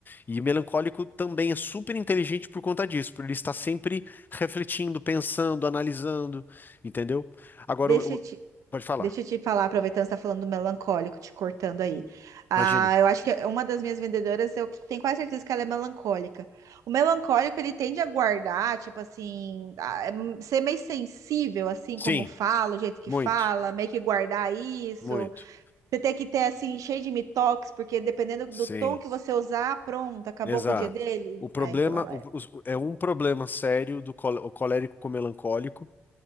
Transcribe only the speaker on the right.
<laughs>
deixa
eu
te,
Deixa eu te falar, aproveitando que você tá falando do melancólico, te cortando aí. Ah,
eu acho que é uma das minhas vendedoras, eu tenho quase certeza que ela é melancólica. O melancólico, ele tende a guardar, tipo assim, a- em- ser meio sensível, assim,
como fala, o jeito que
fala, meio que guardar isso.
Você tem que ter, assim, cheio de mitox, porque dependendo do
tom que você usar, pronto, acabou
com o dia dele.
É, então ela
é.